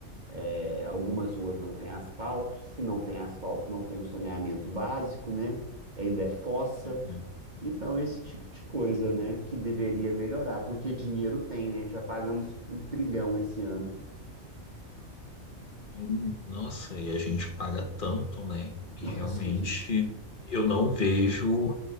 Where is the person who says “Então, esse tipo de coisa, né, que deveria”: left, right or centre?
Right